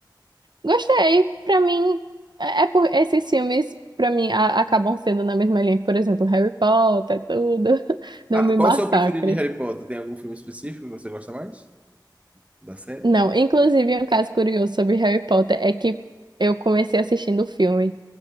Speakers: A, on the right (about 65°); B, on the right (about 15°).
A: Gostei. Pra mim, é é por esses filmes, pra mim, a- acabam sendo na mesma linha. Por exemplo, Harry Potter, tudo. <laughs> Não
B: Ah,
A: me
B: qual
A: massacre.
B: é o seu preferido de Harry Potter? Tem algum filme específico que você gosta mais da série?
A: Não, inclusive, um caso curioso sobre Harry Potter é que eu comecei assistindo o filme